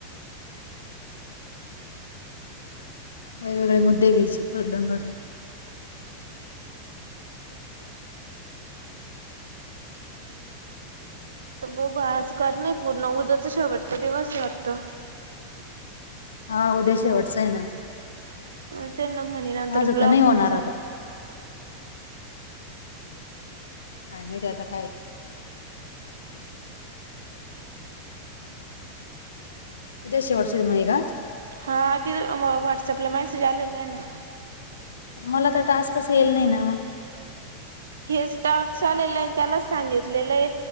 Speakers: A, on the left; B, on the right.
A: वेगवेगळे मुद्दे घ्यायचे बदलून बदलून.
B: त बघू आज कर नाही पूर्ण उद्या चा शेवटचा दिवस वाटतं.
A: हा उद्या शेवटचं आहे ना.
B: अ त्यांन म्हणे नंतर
A: माझं
B: ब्लॉक
A: तर नाही होणार
B: होऊ जाईल.
A: आता काय माहित आता काय. ते शेवटचे मुलगी का?
B: हा तिथ व्हॉट्सअपला मेसेज आलेला आय ना.
A: मला तर टास्क येईल नाही ना मग
B: हेच टाक्स आलेलं आहे त्यालाच सांगितलेलं हे.